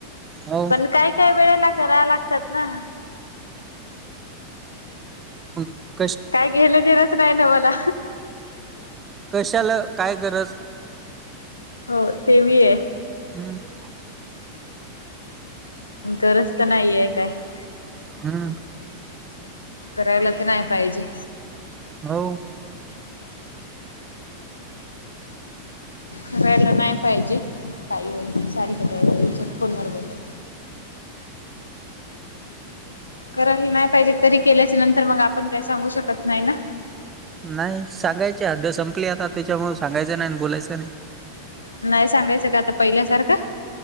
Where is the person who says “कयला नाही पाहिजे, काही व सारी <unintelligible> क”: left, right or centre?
Left